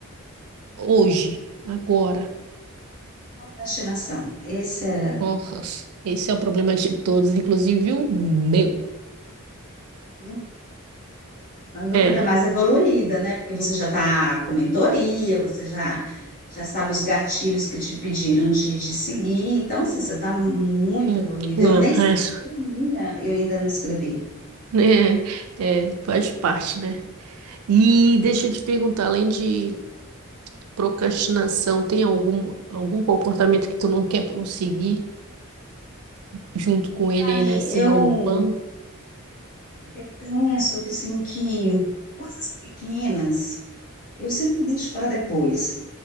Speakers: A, on the right (about 85°); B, on the left (about 40°).
A: hoje, agora.
B: Procrastinação. Esse é...
A: Nossa, esse é o problema de todos, inclusive o meu.
B: um, Mas você
A: É,
B: está mais evoluída, né? Porque você já está com mentoria, você já, já sabe os gatilhos que te pediram de, de seguir. Então, assim, você está muito
A: hum,
B: evoluída.
A: não,
B: Eu nem escrevi
A: é, só-
B: minha, eu ainda não escrevi.
A: né, é, faz parte, né? E deixa eu te perguntar, além de procrastinação, tem algum, algum comportamento que tu não quer prosseguir junto com ele aí
B: Ai,
A: nesse
B: eu
A: novo plano?
B: Eu penso que, assim, que coisas pequenas eu sempre deixo para depois.